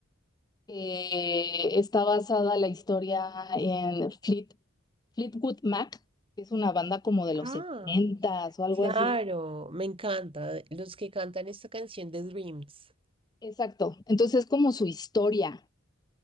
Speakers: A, on the left (about 20°); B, on the right (about 30°).
A: que está basada la historia en Fleet, Fleetwood Mac, que es una banda como de los
B: Ah,
A: setentas o algo
B: claro,
A: así.
B: me encanta, los que cantan esta canción de Dreams.
A: Exacto. Entonces es como su historia.